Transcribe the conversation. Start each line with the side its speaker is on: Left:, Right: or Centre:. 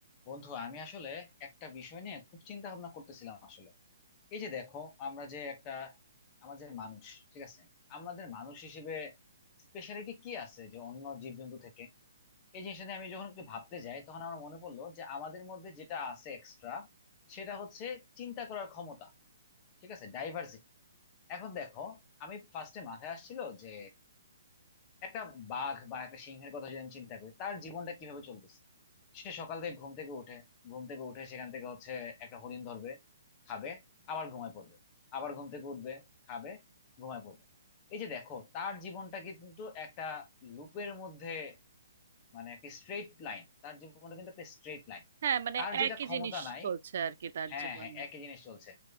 Left: বন্ধু আমি আসলে একটা বিষয় নিয়ে খুব চিন্তা ভাবনা করতেছিলাম আসলে এই যে দেখো আমরা যে একটা আমাদের মানুষ ঠিক আছে আমাদের মানুষ হিসেবে স্পেশালিটি কি আছে যে অন্য জীবজন্তু থেকে এই জিনিসটা নিয়ে আমি যখন একটু ভাবতে যাই তখন আমার মনে পড়লো যে আমাদের মধ্যে যেটা আছে এক্সট্রা সেটা হচ্ছে চিন্তা করার ক্ষমতা ঠিক আছে ডাইভার্সিটি এখন দেখো আমি ফার্স্টে মাথায় আসছিল যে একটা বাঘ বা একটা সিংহের কথা যদি আমি চিন্তা করি তার জীবনটা কিভাবে চলতেছে সে সকাল থেকে ঘুম থেকে উঠে ঘুম থেকে উঠে সেখান থেকে হচ্ছে একটা হরিণ ধরবে খাবে আবার ঘুমায় পড়বে আবার ঘুম থেকে উঠবে খাবে ঘুমায় পড়বে এই যে দেখো তার জীবনটা কিন্তু একটা লুপের মধ্যে মানে একটা স্ট্রেট লাইন তার জীবনটা কিন্তু একটা স্ট্রেট লাইন
Right: হ্যাঁ মানে
Left: তার যেটা
Right: একই
Left: ক্ষমতা
Right: জিনিস
Left: নাই
Right: চলছে আর কি তার
Left: হ্যাঁ
Right: জীবনে
Left: হ্যাঁ একই জিনিস চলছে